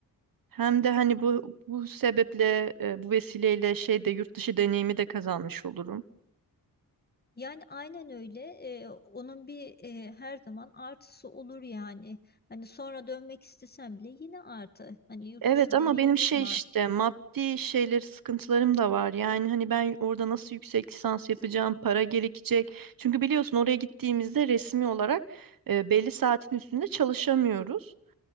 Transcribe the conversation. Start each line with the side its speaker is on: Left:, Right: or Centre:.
Right: Hem de hani bu bu sebeple, e, bu vesileyle şey de yurt dışı deneyimi de kazanmış olurum.
Left: Yani aynen öyle. Eee, onun bir eee, her zaman artısı olur yani. Hani sonra dönmek istesem bile yine artı. Hani yurt
Right: Evet
Left: dışı
Right: ama
Left: deneyimin
Right: benim şey
Left: var.
Right: işte maddi şeyleri sıkıntılarım da var. Yani hani ben orada nasıl yüksek lisans yapacağım, para gerekecek. Çünkü biliyorsun oraya gittiğimizde resmi olarak e, belli saatin üstünde çalışamıyoruz.